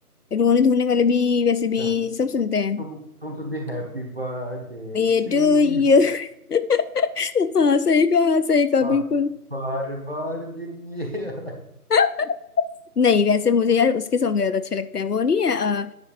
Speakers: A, on the left; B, on the right.
A: रोने धोने वाले भी वैसे भी
B: क्या?
A: सब सुनते हैं
B: तुम तुम सुनते हैप्पी बर्थडे
A: ये
B: टू
A: टू यू
B: यू
A: <laughs> हाँ सही कहा सही कहा बिल्कुल
B: बार बार दिन ये आए।
A: <laughs> नहीं वैसे मुझे यार उसके सॉन्ग ज्यादा अच्छे लगते हैं वो नहीं है अ,